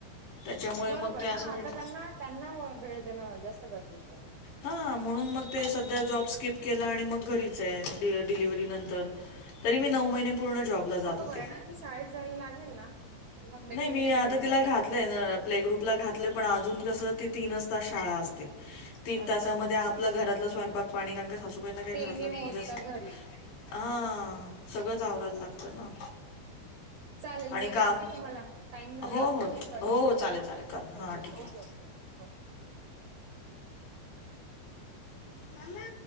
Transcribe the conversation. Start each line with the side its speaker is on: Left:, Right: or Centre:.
Left: त्याच्यामुळे
Right: बरोबर
Left: मग ते
Right: आहे
Left: असं
Right: ना
Left: होऊन
Right: आता त्यांना त्यांना वळ वेळ देणं जास्त गरजेचं आहे.
Left: हा, म्हणून मग ते सध्या जॉब स्किप केला आणि मग घरीच आहे, डी डिलिव्हरी नंतर. तरी मी नऊ
Right: हम्म हम्म
Left: महिने पूर्ण जॉबला
Right: बरोबर
Left: जात होते.
Right: आहे ना ती शाळेत जायला लागेल ना मग डेफिनेटली
Left: नाही मी आता
Right: करू
Left: तिला
Right: शकता
Left: घातलंय
Right: तुम्ही
Left: न प्ले ग्रुपला घातलंय पण अजून कसं ती तीनच तास शाळा असते, तीन तासामध्ये
Right: अच्छा
Left: आपल्या आपलं घरातलं स्वयंपाक पाणी कारण का सासू बाईंना काही
Right: ते
Left: घरातलं
Right: नाही होत
Left: म्हणजे असं,
Right: का घरी
Left: हा सगळंच आवरायला
Right: बरोबर आहे
Left: लागतं ना.
Right: चालेल
Left: आणि
Right: मी
Left: काम
Right: करते तुम्हाला, टाइम झाला
Left: हो
Right: आपला
Left: हो
Right: मी करते
Left: हो
Right: तुम्हाला
Left: हो चालेल
Right: ना,
Left: चालेल करा
Right: उचला
Left: हां ठीक आहे.
Right: Okay okay okay. <unintelligible>
Left: मम्मा.